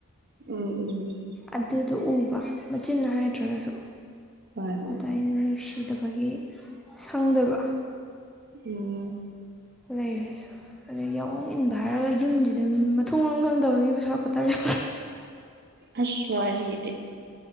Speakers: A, on the right; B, in the centre.
A: ꯎꯝ ꯎꯝ
B: ꯑꯗꯨꯗꯣ ꯎꯕ ꯃꯆꯤꯟꯅ ꯍꯥꯏꯗ꯭ꯔꯒꯁꯨ
A: ꯍꯣꯏ ꯍꯣꯏ
B: ꯑꯗ ꯑꯩꯅ ꯅꯨꯡꯁꯤꯗꯕ ꯑꯒꯤ ꯁꯪꯗꯕ
A: ꯎꯝ
B: ꯂꯩꯔꯁꯨ ꯑꯗꯩ ꯌꯥꯑꯣꯣꯡ ꯏꯟꯕ ꯍꯥꯏꯔꯒ ꯌꯨꯝꯁꯤꯗ ꯃꯊꯣꯡ ꯑꯃ ꯉꯪꯗꯕ ꯃꯤꯕꯨ ꯁꯔꯛꯄ ꯇ ꯌꯥꯦ
A: ꯑꯁꯋꯥꯔꯤꯗꯤ